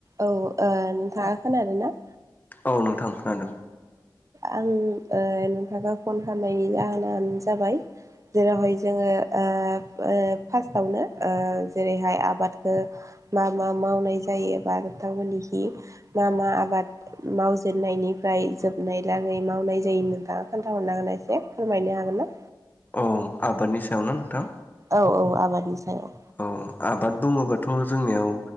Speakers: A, on the right (about 40°); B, on the left (about 25°).
A: औ ओ नोंथाङा खोनादोना
B: औ नोंथां खोनादों
A: आं ओ नोंथानो फन खामनायनि जाहोनानो जाबाय जेरावहाय जोङो ओ फास्टआवनो ओ जेरैहाय आबादखो मा मा मावनाय जायो बा नोथां मोननिखि मा मा आबाद मावजेननायनिफ्राय जोबनाय लागै माव नाय जायो नोंथाङा खोन्थाहरनो हागोना एसे फोरमायनो हागोन ना
B: औ आबादनि सायाव ना नोंथां
A: औ औ आबादनि सायाव
B: औ आबाद बुङोबाथ' जोंनियाव